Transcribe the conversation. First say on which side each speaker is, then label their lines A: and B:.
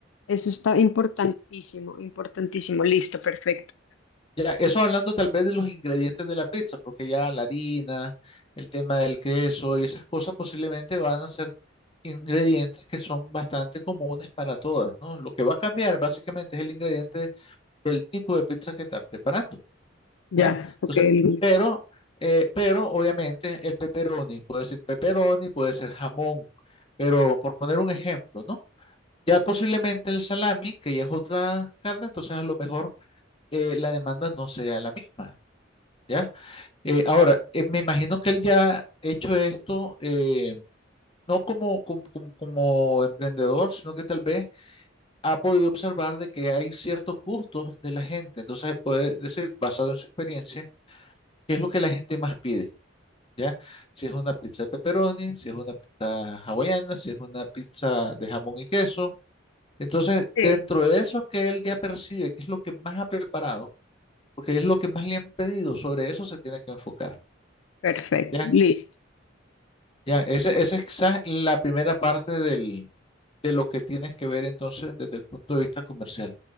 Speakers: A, on the left (about 80°); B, on the left (about 30°).
A: Eso está importantísimo, importantísimo. Listo, perfecto.
B: Ya, eso hablando tal vez de los ingredientes de la pizza, porque ya la harina, el tema del queso y esas cosas posiblemente van a ser ingredientes que son bastante comunes para todas, ¿no? Lo que va a cambiar básicamente es el ingrediente del tipo de pizza que estás preparando,
A: Ya,
B: ¿ya? Entonces,
A: ok. el-
B: pero, eh, pero obviamente el pepperoni, puede ser pepperoni, puede ser jamón, pero por poner un ejemplo, ¿no? Ya posiblemente el salami, que ya es otra carne, entonces a lo mejor eh, la demanda no sea la misma. ¿ya? Eh, ahora, eh, me imagino que él ya ha hecho esto, eh, no como, como, como- como emprendedor, sino que tal vez ha podido observar de que hay ciertos gustos de la gente. Entonces puede decir, basado en su experiencia, qué es lo que la gente más pide, ¿ya? Si es una pizza de pepperoni, si es una pizza hawaiana, si es una pizza de jamón y queso. Entonces,
A: Sí.
B: dentro de eso que él ya percibe, qué es lo que más ha preparado, porque es lo que más le han pedido, sobre eso se tiene que enfocar.
A: Perfecto,
B: ¿Ya?
A: listo.
B: Ya, ese, esa ese es quizás la primera parte del, de lo que tienes que ver entonces desde el punto de vista comercial,